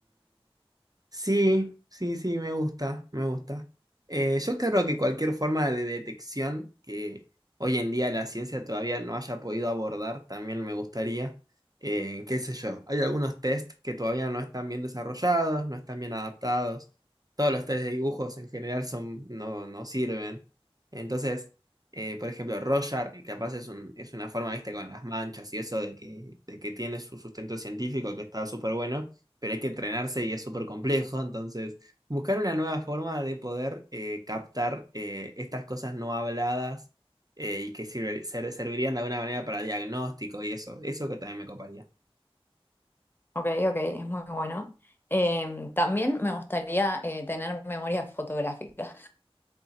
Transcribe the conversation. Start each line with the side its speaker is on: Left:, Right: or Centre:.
Right: Sí, sí, sí, me gusta, me gusta. Eh, yo creo que cualquier forma de detección que hoy en día la ciencia todavía no haya podido abordar, también me gustaría. Eh, qué sé yo, hay algunos test que todavía no están bien desarrollados, no están bien adaptados. Todos los test de dibujos en general son, no, no sirven. Entonces, eh, por ejemplo, Roger, y capaz es un, es una forma, viste, con las manchas y eso de que, de que tiene su sustento científico que está súper bueno pero hay que entrenarse y es súper complejo. Entonces, buscar una nueva forma de poder eh, captar eh, estas cosas no habladas eh, y que sirve- ser- servirían de alguna manera para diagnóstico y eso. Eso que también me coparía.
Left: Ok, ok, es muy bueno. Em, también me gustaría eh, tener memoria fotográfica.